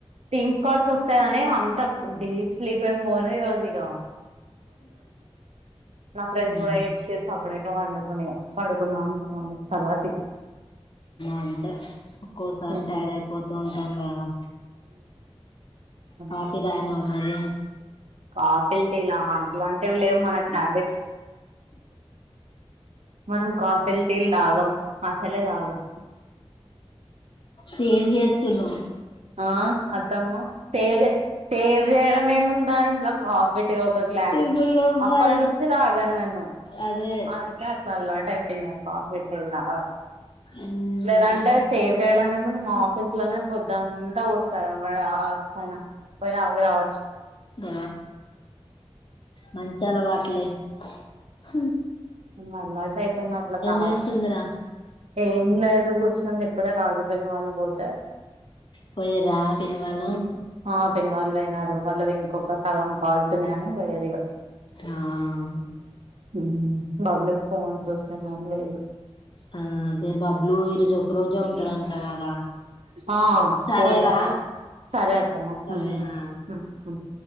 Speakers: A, on the right; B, on the left.
A: టీమ్స్ కాల్స్ ఒస్తాయని అంత డీప్ స్లీప్ ఏం పోలే ఈ రోజు ఇగ మా ఫ్రెండ్స్
B: ఉమ్,
A: కూడాషేర్ సప్పుడేక పడుకున్నా ఇగ తర్వతికి
B: అంటే ఒక్కోసారి
A: ఉమ్
B: టైడ్ అయిపోతూ ఉంటాం కదా కాఫీ
A: ఉమ్
B: తాగినవ మరి
A: కాఫీలు టీ లా అట్లా వి లెవ్ మనస్బ మనం కాఫెల్టీల్ తగం అసలేతగం
B: సేవ్ చేస్తున్నాం
A: ఆ అత్తమ్మ సేవ్ సేవ్ చేయడం ఏము ఉందాంట్లో కాఫి కో గ్లాస్
B: ఇప్పుడు
A: అప్పటి
B: ఫస్ట్
A: నుంచి తాగను నేను
B: అదే
A: అందుకే అట్లా ఆళ్వాటై చి నేను కాఫీ తాగ
B: ఉమ్,
A: లేదంటే సేమ్ చేయడం ఏమంది మా ఆఫీస్ లోనే పొద్దుంతా వస్తయి వాడు ఆ పైన పోయి తాగి రావచ్చు
B: ఆ మంచాల వాటలే హ
A: హ్మ అలవాటు అయిపోంది అట్లా తాగుత
B: చేస్తుందిరా
A: ఇంగ ఇప్పుడే రాకపోయిన వాళ్ళు పోతే
B: పోయిర్ర పిన్నీ వాళ్ళు
A: హ్మ్. ఆ పిన్ని వాళ్ళు పోయినారు వాళ్ళవి ఇంకొక సగం కాల్స్ ఉన్నవి అని పాయిర్రు ఇగ
B: ఆ
A: హు బాబులు ఫోన్స్ ఇస్తున్నాయి అని
B: ఆ అదే బబ్లు ఈరోజు ఒక రోజే
A: పోయిలు
B: ఉంటాడంట కదా
A: ఆ
B: సరేరా
A: పోత సరే అత్తమ్మ
B: సరే
A: హ్మ్
B: ఆ
A: హ్మ్